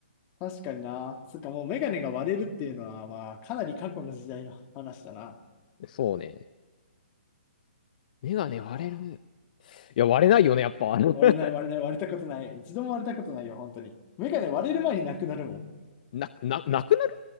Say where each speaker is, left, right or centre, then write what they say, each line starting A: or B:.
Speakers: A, on the left; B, on the left.
A: 確かにな。そっか、もうメガネが割れるっていうのは、まあ、かなり過去の時代の話だな。
B: そうね。メガネ割れる。
A: いやー
B: いや、割れないよね、やっぱ。<laughs>
A: 割れない、割れない、割れたことない。一度も割れたことないよ、本当に。メガネ割れる前になくなるもん。
B: な、な、なくなる